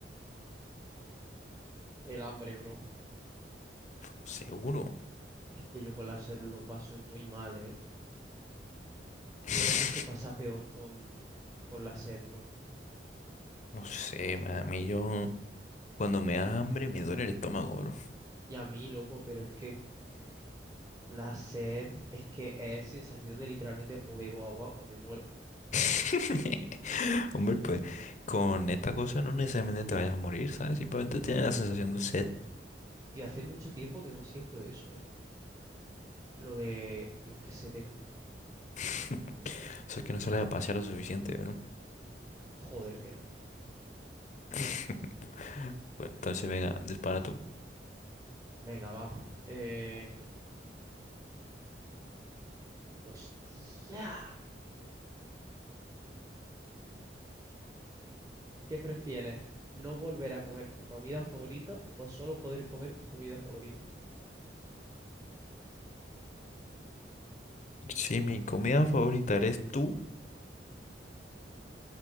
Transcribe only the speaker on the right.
el hambre, bro.
Es que yo con la sed lo paso muy mal, ¿eh?
Yo creo que se pasa peor con, con la sed, bro.
Y a mí, loco, pero es que la sed es que es sensación de literalmente o bebo agua o me muero.
Tío, hace mucho tiempo que no siento eso, eh. Lo de, Dios, que se tengo.
Joder, que no.
Venga, va. Eh... ¡Hostia! ¿Qué prefieres? ¿No volver a comer tu comida favorita o solo poder comer tu comida favorita?